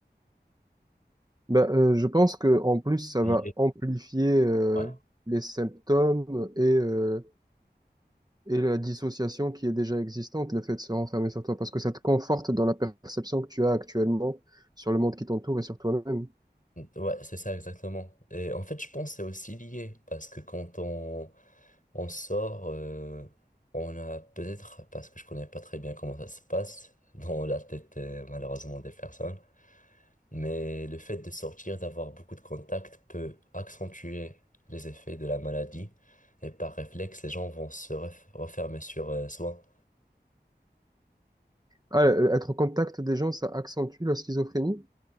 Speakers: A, on the right; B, on the left.
A: Ben, euh, je pense que en plus, ça
B: lié.
A: va amplifier euh,
B: Ouais.
A: les symptômes et, euh, et la dissociation qui est déjà existante, le fait de se renfermer sur toi, parce que ça te conforte dans la perception que tu as actuellement sur le monde qui t'entoure et sur toi-même.
B: Ouais, c'est ça exactement. Et en fait, je pense que c'est aussi lié parce que quand on, on sort, euh, on a peut-être, parce que je connais pas très bien comment ça se passe dans la tête euh, malheureusement des personnes, mais le fait de sortir, d'avoir beaucoup de contacts peut accentuer les effets de la maladie et par réflexe, les gens vont se ref- refermer sur euh, soi.
A: Ah, euh, être au contact des gens, ça accentue la schizophrénie?